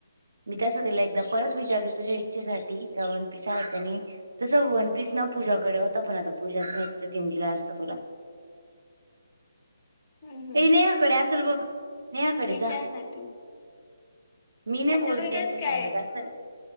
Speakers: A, on the right; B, on the left.
A: मी तसं तिला एकदा परत विचारते तुझ्या इच्छेसाठी, का वन पिसा आहे का नाही, तसं वन पीस ना पूजाकडे होता, पण आता पूजाच नाही तीन दिला असतं तुला.
B: हम्म हम्म
A: ए रियाकडे असेल बघ. नेहाकडे
B: विचार
A: जा
B: न तू.
A: मी नाही
B: आता
A: बोलत
B: मी
A: त्यांची
B: कस
A: शध
B: काय
A: का असत